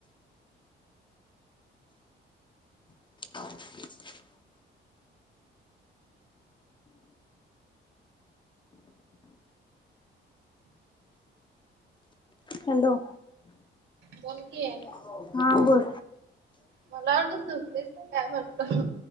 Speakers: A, on the left (about 25°); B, on the right (about 65°).
A: <inaudible> हॅलो
B: बोल की आहे
A: हा बोल
B: मला वाटलं झोपलीस का काय म्हटलं